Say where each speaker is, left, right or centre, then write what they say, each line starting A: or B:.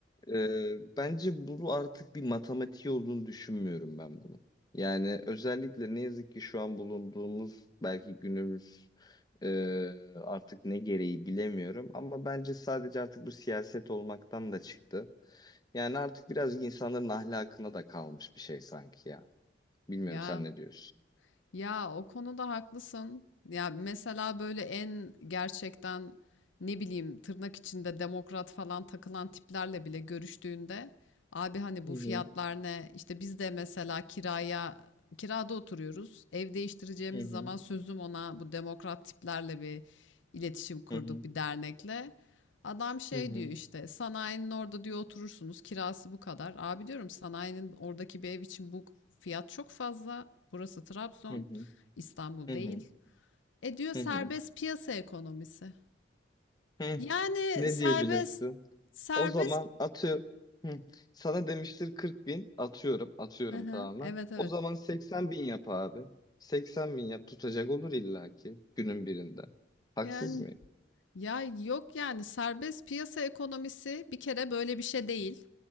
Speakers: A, on the left; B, on the left.
A: e, bence bu artık bir matematiği olduğunu düşünmüyorum ben bunu. Yani özellikle ne yazık ki şu an bulunduğumuz belki günümüz e, artık ne gereği bilemiyorum. Ama bence sadece artık bu siyaset olmaktan da çıktı. Yani artık birazcık insanların ahlakına da kalmış bir şey sanki ya. Bilmiyorum
B: Ya
A: sen ne diyorsun?
B: Ya o konuda haklısın. Ya mesela böyle en gerçekten ne bileyim tırnak içinde demokrat falan takılan tiplerle bile görüştüğünde abi hani bu
A: Hı
B: fiyatlar
A: hı,
B: ne? İşte biz de mesela kiraya kirada oturuyoruz. Ev değiştireceğimiz
A: hı hı,
B: zaman sözüm ona bu demokrat tiplerle bir iletişim kurduk
A: hı hı,
B: bir dernekle. Adam şey
A: hı hı,
B: diyor işte sanayinin orada diyor oturursunuz kirası bu kadar. Abi diyorum sanayinin oradaki bir ev için bu fiyat çok fazla. Burası Trabzon,
A: hı hı,
B: İstanbul
A: hı
B: değil.
A: hı,
B: E diyor serbest
A: hı hı.
B: piyasa ekonomisi.
A: Hı,
B: Yani
A: ne
B: serbest
A: diyebilirsin?
B: serbest
A: O zaman atıyorum. Hı, sana demiştir 40 bin. Atıyorum. Atıyorum
B: Hı hı,
A: tamamen.
B: evet evet.
A: O zaman 80 bin yap abi. 80 bin yap. Tutacak olur illaki günün birinde. Haksız
B: Yani
A: mıyım?
B: ya yok yani serbest piyasa ekonomisi bir kere böyle bir şey değil.